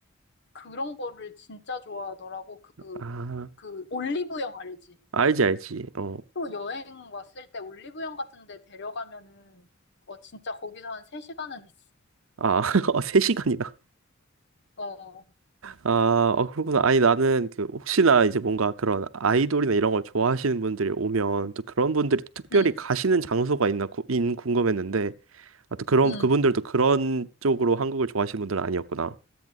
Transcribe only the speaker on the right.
아,
알지, 알지, 어.
아, <laughs> 어, 3시간이나.
아, 어, 그렇구나. 아니, 나는 그 혹시나 이제 뭔가 그런 아이돌이나 이런 걸 좋아하시는 분들이 오면 또 그런 분들이 또 특별히
가시는 장소가 있나 구, 인 궁금했는데 아, 또 그런,
그분들도 그런 쪽으로 한국을 좋아하시는 분들은 아니었구나.